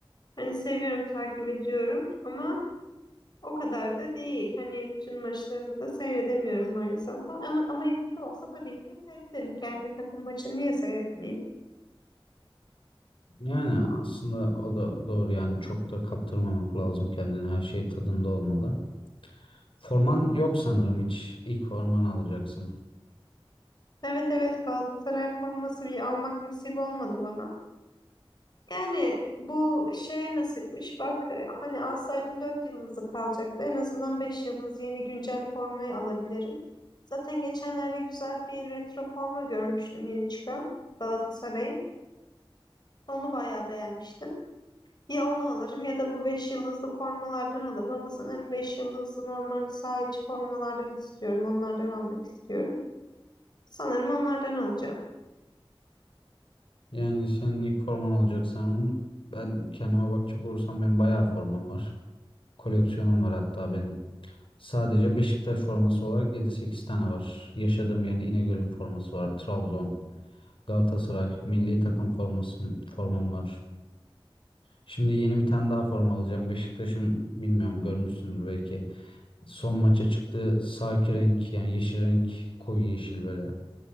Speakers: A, on the left (about 50°); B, on the left (about 65°).
A: Hani seviyorum, takip ediyorum ama o kadar da değil. Hani bütün maçlarını da seyredemiyorum maalesef. Ama ama elimde olsa tabii ki seyrederim. Kendi takım maçını niye seyretmeyeyim?
B: Yani aslında o da doğru yani çok da kaptırmamak lazım kendini her şey tadında olmalı. Forman yok sanırım hiç ilk forman alacaksın.
A: Evet evet Galatasaray forması bir almak nasip olmadı bana. Yani bu şey nasipmiş bak hani alsaydın 4 yıldızlı kalacaktı. En azından 5 yıldız yeni güncel formayı alabilirim. Zaten geçenlerde güzel bir retro forma görmüştüm yeni çıkan Galatasaray'ın. Onu bayağı beğenmiştim. Ya onu alırım ya da bu 5 yıldızlı formalardan alırım ama sanırım 5 yıldızlı normal saha içi formalardan istiyorum. Onlardan almak istiyorum. Sanırım onlardan alacağım.
B: Yani senin ilk forman olacak sanırım. Ben kendime bakacak olursam benim bayağı formam var. Koleksiyonum var hatta benim. Sadece Beşiktaş forması olarak yedi sekiz tane var. Yaşadığım yerin İnegöl'ün forması var. Trabzon. Galatasaray milli takım forması formam var. Şimdi yeni bir tane daha forma alacağım. Beşiktaş'ın bilmiyorum görmüşsündür belki. Son maça çıktığı saki renk yani yeşil renk koyu yeşil böyle